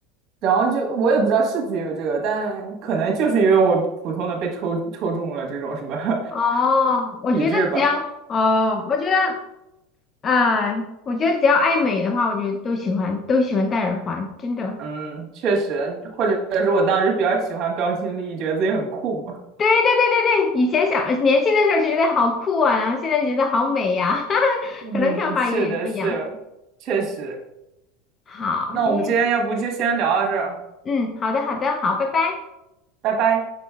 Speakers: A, on the right; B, on the left.
A: 然后就我也不知道是不是因为这个，但可能就是因为我普通的被抽抽中了这种什么 <laughs>
B: 哦，我觉得只要哦，
A: 体质吧。
B: 我觉得啊、我觉得只要爱美的话，我觉得都喜欢都喜欢戴耳环，真的。
A: 嗯，确实，或者是我当时比较喜欢标新立异，觉得自己很酷嘛。
B: 对对对对对，以前小年轻的时候就觉得好酷啊，然后现在觉得好美呀、<laughs>
A: 嗯，
B: 可能看法有点不一样。
A: 是的，是，确实。
B: 好，
A: 那我们今天要不就先聊到这儿，
B: 今天嗯，好的好的，好，拜拜。
A: 拜拜。